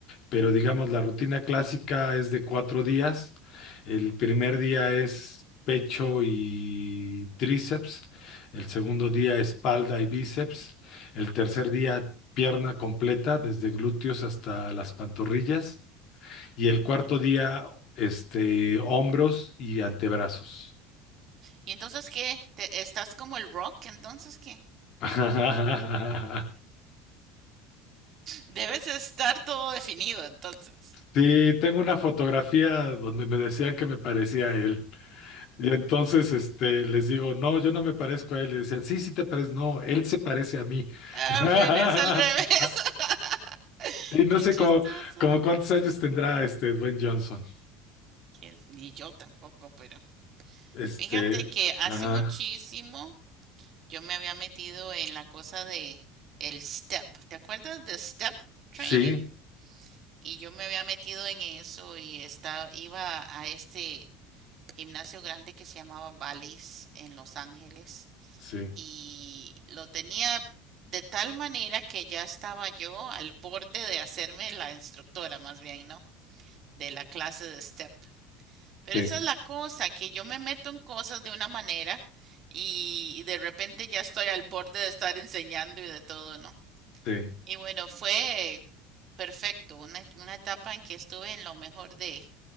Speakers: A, on the left; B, on the right.
A: pero digamos la rutina clásica es de cuatro días. El primer día es pecho y tríceps, el segundo día espalda y bíceps, el tercer día pierna completa, desde glúteos hasta las pantorrillas, y el cuarto día, este, hombros y antebrazos.
B: Y entonces qué, ¿Te- estás como el rock, entonces qué,
A: <laughs>
B: debes estar todo definido, entonces.
A: Sí, tengo una fotografía donde me decían que me parecía a él. Y entonces este, les digo, no, yo no me parezco a él. Y decían, sí, sí te pareces. No, él se parece a mí.
B: Ah,
A: <laughs>
B: bueno, es al revés. <laughs>
A: Sí, no
B: Qué
A: sé
B: chistoso.
A: cómo, cómo cuántos años tendrá este Dwayne Johnson.
B: ¿Quién s- Ni yo tampoco, pero
A: Este,
B: fíjate que hace
A: ajá.
B: muchísimo yo me había metido en la cosa de el step. ¿Te acuerdas de step training?
A: Sí,
B: Y yo me había metido en eso y estaba, iba a este gimnasio grande que se llamaba Bally's en Los Ángeles
A: sí,
B: y lo tenía de tal manera que ya estaba yo al borde de hacerme la instructora, más bien, ¿no? De la clase de step. Pero
A: sí,
B: esa es la cosa, que yo me meto en cosas de una manera y de repente ya estoy al borde de estar enseñando y de todo, ¿no?
A: sí,
B: Y bueno, fue perfecto, una, una etapa en que estuve en lo mejor de,